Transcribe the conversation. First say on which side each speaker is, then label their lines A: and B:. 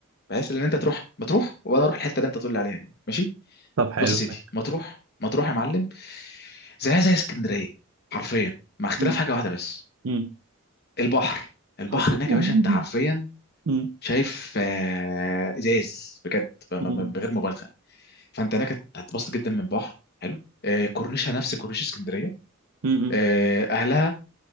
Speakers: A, on the left; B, on the right.
A: بحيث ان انت تروح مطروح وانا اروح الحته اللي انت تقول لي عليها دي ماشي
B: طب حلو
A: بص يا سيدي
B: ماشي.
A: مطروح مطروح يا معلم زيها زي اسكندريه حرفيا مع اختلاف
B: مم.
A: حاجه واحده بس
B: مم.
A: البحر البحر
B: حظ <laughs>
A: هناك
B: مم.
A: يا باشا انت حرفيا
B: مم.
A: شايف آه، ازاز بجد ب- ب-
B: مم.
A: بغير مبالغه فانت هناك هتتبسط جدا من بحر حلو آه، كورنيشها نفس كورنيش اسكندريه
B: مم.
A: آه، اهلها